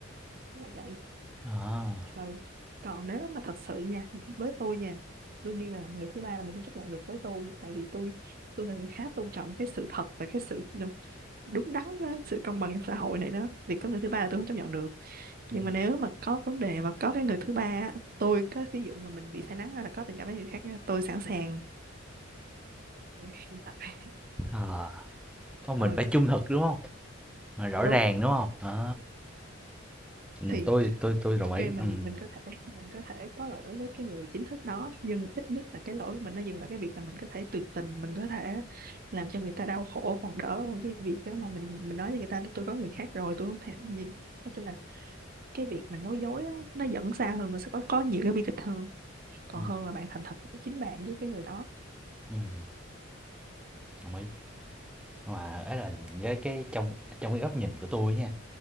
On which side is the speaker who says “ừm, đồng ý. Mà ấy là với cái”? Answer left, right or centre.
Centre